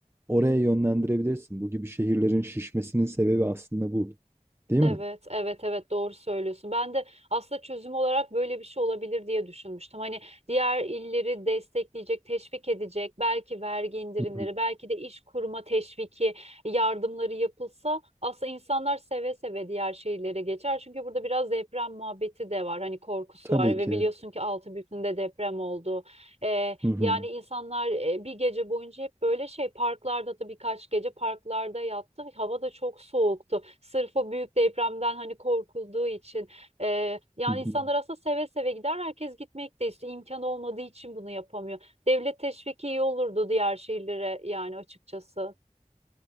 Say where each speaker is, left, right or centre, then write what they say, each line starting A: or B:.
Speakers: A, on the right; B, on the right.
A: oraya yönlendirebilirsin. Bu gibi şehirlerin şişmesinin sebebi aslında bu, değil
B: Evet,
A: mi?
B: evet, evet doğru söylüyorsun. Ben de aslında çözüm olarak böyle bir şey olabilir diye düşünmüştüm. Hani diğer illeri destekleyecek, teşvik edecek, belki vergi indirimleri,
A: Hı hı.
B: belki de iş kurma teşviki, yardımları yapılsa aslında insanlar seve seve diğer şehirlere geçer. Çünkü burada biraz deprem muhabbeti de var. Hani korkusu
A: Tabii
B: var ve
A: ki.
B: biliyorsun ki Altınbükü'nde deprem oldu.
A: Hı hı.
B: Yani insanlar e, bir gece boyunca hep böyle şey parklarda da birkaç gece parklarda yattı. Hava da çok soğuktu. Sırf o büyük depremden hani korkulduğu için. E, yani
A: Hı hı.
B: insanlar aslında seve seve gider. Herkes gitmek de istiyor. İmkan olmadığı için bunu yapamıyor. Devlet teşviki iyi olurdu diğer şehirlere yani açıkçası.